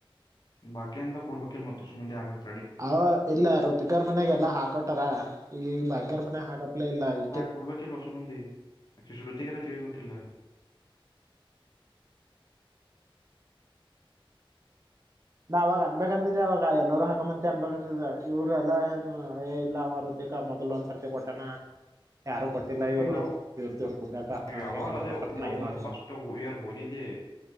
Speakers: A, on the left; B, on the right.
A: ಬಾಕ ಅಂತ ಕೊಡ್ಬೇಕಿಲ್ ಮತ್ತ ಸುಮ್ಮದಿ ಆಗಬೇಕು
B: ಅವ ಇಲ್ಲ ಋತಗರ ಮನೆಾಗಲ್ಲಾ ಹಾಕೊಟಾರ ಈ ಬಾಗ್ಯಾರ್ ಮನೆಾಗ ಹಾಕಪ್ಲ ಇಲ್ಲ ಈ
A: ಕೊಡ್ಬೇಕಿಲ್ಲ ಹೊಸ ಮುಂದೆ ಆೆ ಶ್ರುತಿಗೆರ ತಿಳ್ಬೇಕಿಲ್ಲ
B: ಹ <unintelligible> ನಾವ ಅವಾಗ ಅನ್ಬೇಕ ಅಂದಿದ್ದೆ ಅವವಾಗ ಎಲ್ಲರೂ ಹಕಂಬಂತಿ ಅನ್ಬಕ್ ಅಂದ ಇವ್ರ ಎಲ್ಲಾ ಏನು ಏ ಇಲ್ಲ ತೇಕ ಮೊದ್ಲು ಒಂದ್ಸರ್ತಿ ಕೊಟ್ಟಾನ ಯಾರು ಕೊಟ್ಟಿಲ್ಲ ಇವ್ರು
A: ಈಗ ಯಾವ
B: ದವ್ರ ದವ್ರ ಕುಡ್ಬೇಕ
A: ಯಾವಾಗ
B: ಹಿಂಗಂದೂಪ
A: ಅದೇ ಅದು ಅದೊಂದು
B: ಏನು ಅ
A: ಫಸ್ಟ್ ಇಯರ್ ಹೋಲಿದೆ